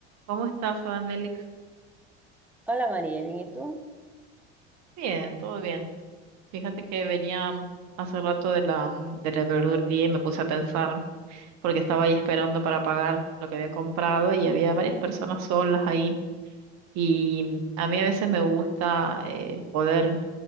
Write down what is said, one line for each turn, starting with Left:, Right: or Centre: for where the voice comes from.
Right: ¿Cómo estás, Adam Félix?
Centre: Hola María, ¿bien y tú?
Right: Bien, todo bien. Fíjate que venía mm, hace rato de la, mm, de la verdulería y me puse a pensar, porque estaba ahí esperando para pagar lo que había comprado y había varias personas solas ahí. Y mm, a mí a veces me gusta eh, poder